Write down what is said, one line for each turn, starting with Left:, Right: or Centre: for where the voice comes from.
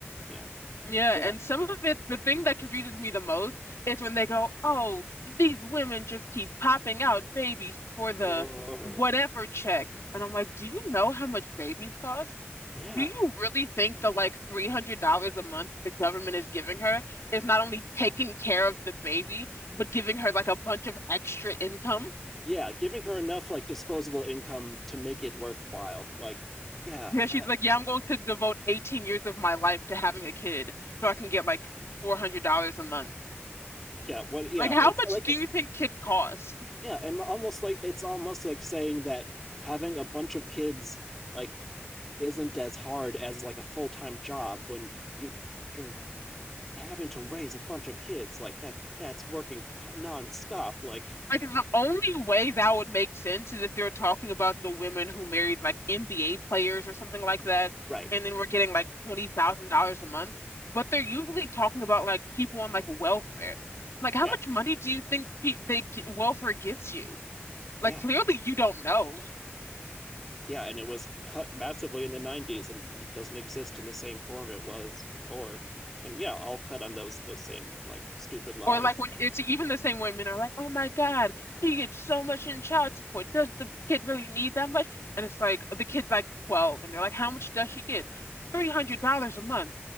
Centre: Yeah,
Left: Yeah.
Centre: yeah,
Left: And some of it, the thing that confuses me the most is when they go, Oh, these women just keep popping out babies for the
Centre: Ugh.
Left: whatever check. And I'm like, Do you know how much babies cost?
Centre: yeah,
Left: Do you really think the like $300 a month the government is giving her is not only taking care of the baby, but giving her like a bunch of extra income?
Centre: yeah. Giving her enough like disposable income to make it worthwhile. Like yeah,
Left: Yeah, she's
Centre: that,
Left: like, yeah, I'm going to devote 18 years of my life to having a kid so I can get like $400 a month.
Centre: yeah. What? Yeah,
Left: Like, how
Centre: it's
Left: much
Centre: like
Left: do
Centre: it.
Left: you think kids cost?
Centre: Yeah, and almost like it's almost like saying that having a bunch of kids like isn't as hard as like a full-time job when you you're having to raise a bunch of kids like that that's working nonstop like
Left: Like the only way that would make sense is if you're talking about the women who married like NBA players or something like that,
Centre: right.
Left: and then we're getting like $20,000 a month. But they're usually talking about like people on like welfare. Like, how
Centre: Yeah.
Left: much money do you think pe they g welfare gives you?
Centre: Yeah.
Left: Like, clearly you don't know.
Centre: Yeah, and it was cut massively in the 90s and it doesn't exist in the same form it was before. And yeah, I'll cut on those those same like stupid lies.
Left: Or like when it's even the same way men are like, oh my God, he gets so much in child support. Does the kid really need that much? And it's like the kid's like 12 and they're like, how much does she get? $300 a month.